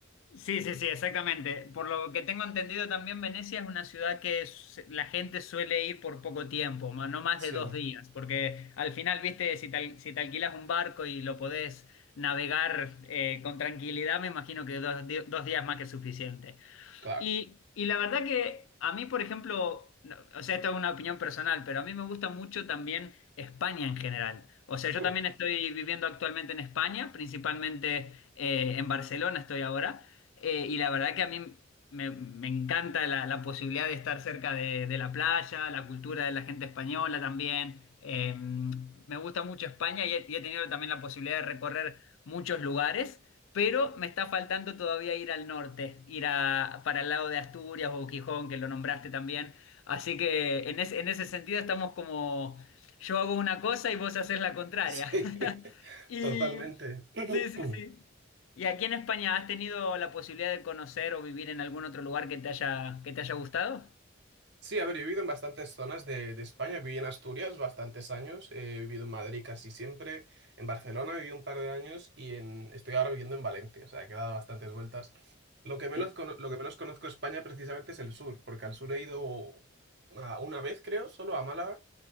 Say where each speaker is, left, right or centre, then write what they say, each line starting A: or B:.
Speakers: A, on the left; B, on the right.
A: Sí, sí, sí, exactamente. Por lo que tengo entendido también, Venecia es una ciudad que s- la gente suele ir por poco tiempo, ma- no más
B: Sí,
A: de dos días, porque al final, viste, si te, al- si te alquilas un barco y lo podés navegar eh, con tranquilidad, me imagino que dos, di- dos días más que suficiente.
B: claro.
A: Y, y la verdad que a mí, por ejemplo, no- o sea, esto es una opinión personal, pero a mí me gusta mucho también España en general. O sea, yo
B: Hmm,
A: también
B: <laughs>
A: estoy viviendo actualmente en España, principalmente eh, en Barcelona estoy ahora, eh, y la verdad que a mí me, me encanta la, la posibilidad de estar cerca de, de la playa, la cultura de la gente española también. Eh, me gusta mucho España y he, y he tenido también la posibilidad de recorrer muchos lugares. Pero me está faltando todavía ir al norte, ir a, para el lado de Asturias o Gijón, que lo nombraste también. Así que en, es- en ese sentido estamos como, yo hago una cosa y vos haces la contraria.
B: Sí,
A: <laughs>
B: <laughs>
A: Y
B: totalmente. <clears throat>
A: sí, sí, sí. ¿Y aquí en España has tenido la posibilidad de conocer o vivir en algún otro lugar que te haya, que te haya gustado?
B: Sí, a ver, yo he vivido en bastantes zonas de, de España. Viví en Asturias bastantes años, eh, he vivido en Madrid casi siempre, en Barcelona viví un par de años y en, estoy ahora viviendo en Valencia, o sea, que he dado bastantes vueltas. Lo que menos,
A: Sí,
B: cono- lo que menos conozco de España precisamente es el sur, porque al sur he ido una, una vez, creo, solo a Málaga